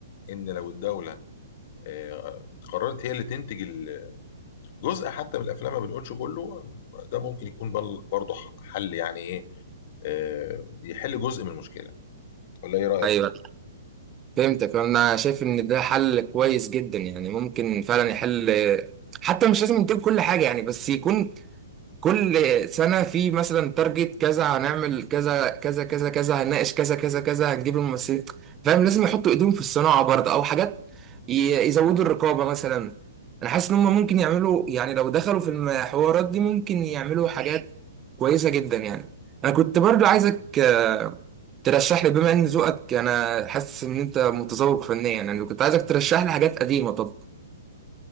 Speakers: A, on the left; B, on the right.
A: إن لو الدولة آه، قررت هي اللي تنتج الجزء حتى من الافلام ما بنقولش كله ده ممكن يكون بل- برضه حل يعني ايه آه، يحل جزء من المشكله ولا ايه رايك
B: أيوه فهمتك أنا شايف إن ده حل كويس جدا يعني ممكن فعلا يحل حتى مش لازم ينتج كل حاجة يعني بس يكون كل سنة في مثلا تارجت كذا هنعمل كذا كذا كذا كذا هنناقش كذا كذا كذا هنجيب الممثلين فاهم لازم يحطوا ايديهم في الصناعة برضه او حاجات ي- يزودوا الرقابة مثلا انا حاسس ان هم ممكن يعملوا يعني لو دخلوا في الحوارات دي ممكن يعملوا حاجات كويسة جدا يعني انا كنت برضه عايزك آه، ترشح لي بما ان ذوقك انا حاسس ان انت متذوق فنيا يعني كنت عايزك ترشح لي حاجات قديمة طب